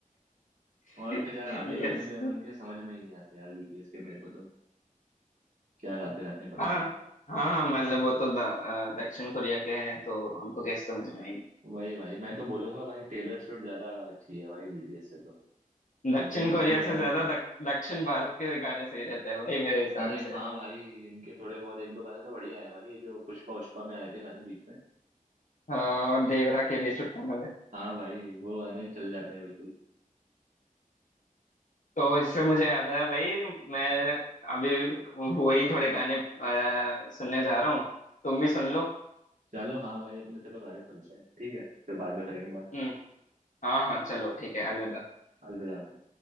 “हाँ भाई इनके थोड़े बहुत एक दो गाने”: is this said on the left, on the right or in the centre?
Right